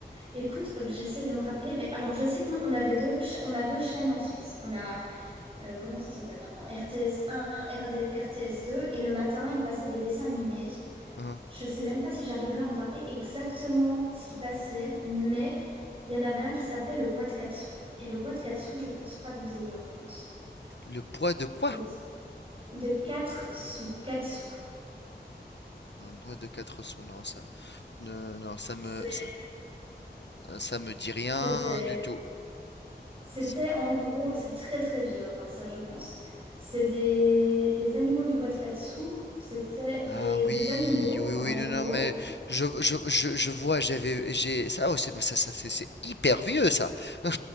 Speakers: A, on the right; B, on the left.
A: Écoute, euh, j'essaye de me rappeler, mais alors je sais que nous, on avait deux, cha- on a deux chaînes en Suisse. On a euh, comment ça s'appelle maintenant? RTS 1, RD RTS 2, et le matin, ils passaient des dessins animés.
B: Hein,
A: Je sais même pas si j'arriverai à me rappeler exactement ce qui passait, mais il y en avait un qui s'appelait le bois de quatre sous. Et le bois de quatre sous, je pense pas que vous ayez en France.
B: Le bois de quoi?
A: Ça dit- de quatre sous, quatre sous.
B: Le bois de quatre sous, non, ça, ne- non, ça
A: C'est-
B: me, ça, euh, ça me dit rien
A: C'était,
B: du tout.
A: c'était
B: Ça-
A: en gros, c'est très très vieux, hein, ça je pense. C'est des, les animaux du bois de quatre sous, c'était
B: Ah
A: des, des
B: oui,
A: animaux,
B: oui,
A: en
B: oui,
A: gros,
B: non, non, mais je, je, je, je vois, j'avais, j'ai, ça, oh, c'est, ça, ça, c'est c'est hyper vieux, ça. <laughs>